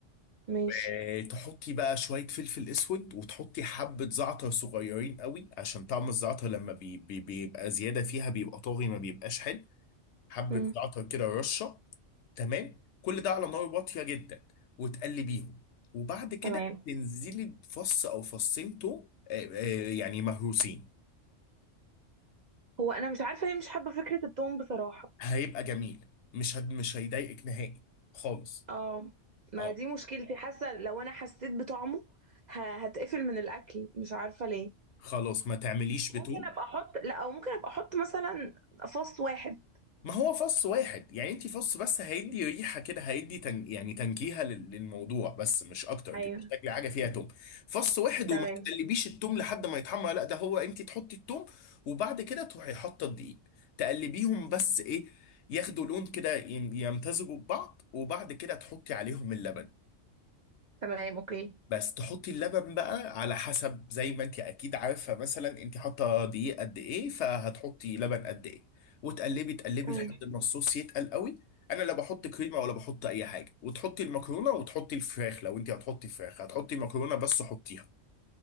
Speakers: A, on the right; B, on the left.
A: ماشي
B: آه، تحطي بقى شوية فلفل اسود وتحطي حبة زعتر صغيرين قوي عشان طعم الزعتر لما بي بي بيبقى زيادة فيها بيبقى طاغي ما بيبقاش حلو حبة
A: امم
B: زعتر كده رشة تمام كل ده على نار واطية جدا وتقلبيهم وبعد كده
A: تمام
B: تنزلي بفص أو فصين توم آه، آه، يعني مهروسين
A: هو انا مش عارفه ليه مش حابه فكره التوم بصراحه
B: هيبقى جميل مش هد... مش هيضايقك نهائي خالص
A: اه ما
B: اه
A: دي مشكلتي حاسه لو انا حسيت بطعمه ه- هتقفل من الاكل مش عارفه ليه
B: خلاص ما تعمليش
A: ممكن
B: بتوم
A: ابقى احط لا او ممكن ابقى احط مثلا فص واحد
B: ما هو فص واحد يعني انت فص بس هيدي ريحه كده هيدي تن... يعني تنكيهه لل- للموضوع بس مش اكتر انت
A: ايوه
B: مش تاكلي حاجه فيها توم فص واحد
A: تمام
B: وما تقلبيش التوم لحد ما يتحمر لا ده هو انت تحطي التوم وبعد كده تروحي حاطه الدقيق تقلبيهم بس ايه ياخدوا لون كده يم- يمتزجوا ببعض وبعد كده تحطي عليهم اللبن
A: تمام اوكي
B: بس تحطي اللبن بقى على حسب زي ما انت اكيد عارفه مثلا انت حاطه دقيق قد ايه فهتحطي لبن قد ايه وتقلبي تقلبي
A: تمام
B: لحد ما الصوص يتقل قوي انا لا بحط كريمه ولا بحط اي حاجه وتحطي المكرونه وتحطي الفراخ لو انت هتحطي فراخ هتحطي مكرونه بس حطيها